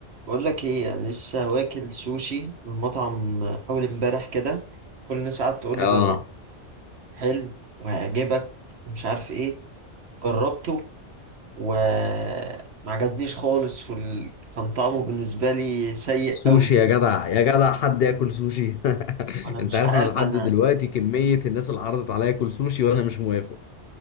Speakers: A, on the right; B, on the left.
A: بقول لك ايه انا لسه واكل سوشي من مطعم اول امبارح كده كل الناس قعدت تقول
B: اه
A: لي جربه حلو وهيعجبك ومش عارف ايه جربته وما عجبنيش خالص وال... كان طعمه بالنسبه لي سيء
B: سوشي
A: قوي
B: يا جدع يا جدع حد ياكل سوشي <laughs>
A: انا مش
B: انت عارف
A: عارف
B: انا لحد
A: انا
B: دلوقتي كمية الناس اللي عرضت عليا اكل سوشي وانا مش موافق